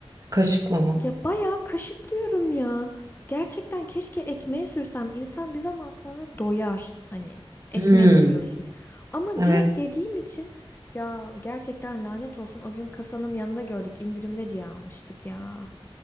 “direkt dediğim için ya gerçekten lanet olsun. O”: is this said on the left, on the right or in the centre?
Left